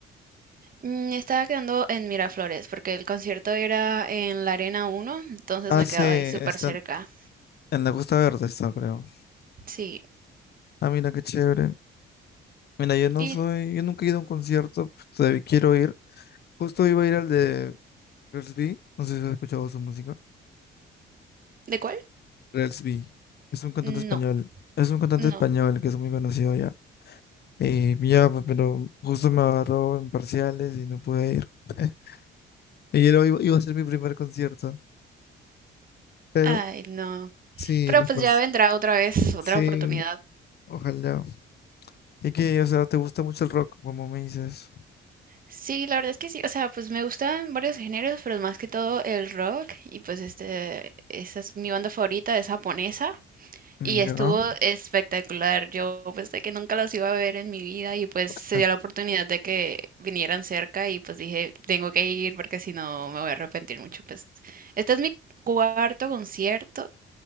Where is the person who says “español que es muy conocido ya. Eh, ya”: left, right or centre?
Left